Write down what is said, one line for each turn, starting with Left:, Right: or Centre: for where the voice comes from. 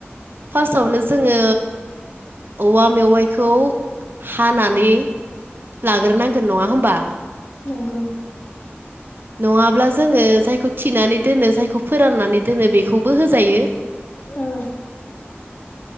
Right: फार्स्टआवनो जोङो औवा मेवाइखौ हानानै लाग्रोनांगोन नङा होमबा?
Left: नंगौ।
Right: नङाब्ला जोङो जायखौ थिनानै दोनो जायखौ फोराननानै दोनो बेखौबो होजायो।
Left: औ औ